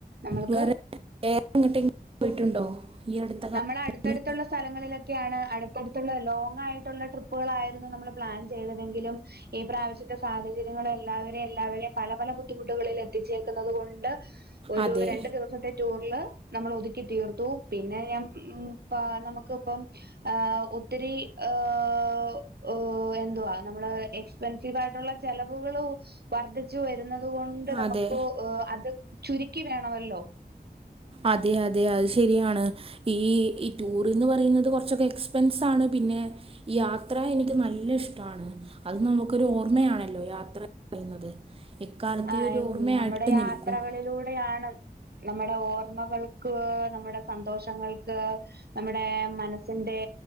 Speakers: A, on the right; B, on the right.
A: നമ്മൾക്ക്
B: വേറെ <inaudible> പോയിട്ടുണ്ടോ ഈ അടുത്ത കാലങ്ങളിൽ
A: നമ്മള് അടുത്തടുത്തുള്ള സ്ഥലങ്ങളിലൊക്കെയാണ് അടു ഇപ്പടുത്തുള്ള ലോങ്ങ് ആയിട്ടുള്ള ട്രിപ്പുകളായിരുന്നു നമ്മള് പ്ലാൻ ചെയ്തതെങ്കിലും ഈ പ്രാവശ്യത്തെ സാഹചര്യങ്ങൾ എല്ലാവരേയും എല്ലാവരേയും പല പല ബുദ്ധിമുട്ടുകളിലെത്തിച്ചേക്കുന്നത് കൊണ്ട് ഒരു
B: അതെ
A: രണ്ട് ദിവസത്തെ ടൂറില് നമ്മളൊതുക്കി തീർത്തു പിന്നെ മ്യാ മ് പാ നമ്മക്ക് ഇപ്പോ ഏഹ് ഒത്തിരി ആഹ് ആഹ്‌ എന്തുവാ നമ്മള് എക്സ്പെൻസിവ് ആയിട്ടുള്ള ചെലവുകള് വർധിച്ചു വരു ന്നത് കൊണ്ട് നമ്മക്ക്
B: അതെ
A: ആഹ്‌ അതു ചുരുക്കി വേണമല്ലോ
B: അതെ അതെ അത് ശരിയാണ് ഈ ഈ ടൂർന്ന് പറയുന്നത് കൊറച്ചൊക്കെ എക്സ്പെൻസാണ് പിന്നെ യാത്ര എനിക്ക് നല്ല ഇഷ്ടാണ് അത് നമുക്കൊരു ഓർമ്മയാണല്ലോ യാത്ര. എന്ന് പറയുന്നത് എക്കാലത്തെയും
A: ആ
B: ഒരു ഓർമ്മയായിട്ട്
A: നമ്മുടെ യാത്രകളിലൂടെയാണ്
B: നിൽക്കും
A: നമ്മുടെ ഓർമ്മകൾക്ക് നമ്മുടെ സന്തോഷങ്ങൾക്ക് നമ്മുടെ മനസ്സിന്റെ